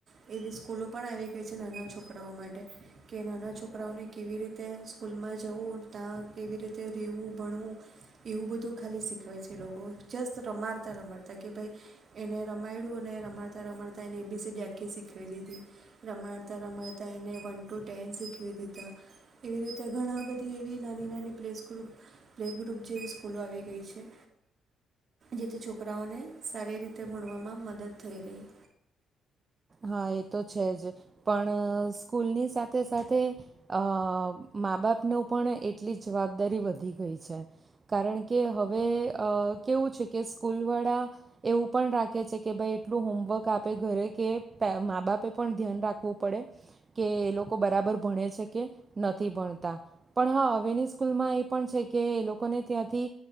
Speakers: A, on the right (about 50°); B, on the right (about 30°).
A: એવી સ્કૂલો પણ આવી ગઈ છે નાના છોકરાઓ માટે કે નાના છોકરાઓને કેવી રીતે સ્કૂલમાં જવું, ત્યાં કેવી રીતે રહેવું, ભણવું એવું બધું ખાલી શીખવે છે લોકો. જસ્ટ રમાડતાં રમાડતાં કે ભાઈ એને રમાયડું અને રમાડતાં રમાડતાં એને એબીસીડી આખી શીખવી લીધી. રમાડતાં રમાડતાં એને વન ટુ ટેન શીખવી દીધા. એવી રીતે ઘણા બધી એવી નાની નાની પ્લેસ ગ્રૂપ પ્લે ગ્રુપ જેવી સ્કૂલો આવી ગઈ છે. જેથી છોકરાઓને સારી રીતે ભણવામાં મદદ થઈ રહી.
B: હા એ તો છે જ પણ સ્કૂલની સાથે સાથે અ માં બાપનો પણ એટલી જ જવાબદારી વધી ગઈ છે. કારણ કે હવે અ કેવું છે કે સ્કૂલવાળા એવું પણ રાખે છે કે ભાઈ એટલું હોમવર્ક આપે ઘરે કે માં બાપે પણ ધ્યાન રાખવું પડે કે એ લોકો બરાબર ભણે છે કે નથી ભણતા પણ હા હવેની સ્કૂલમાં એ પણ છે કે એ લોકોને ત્યાંથી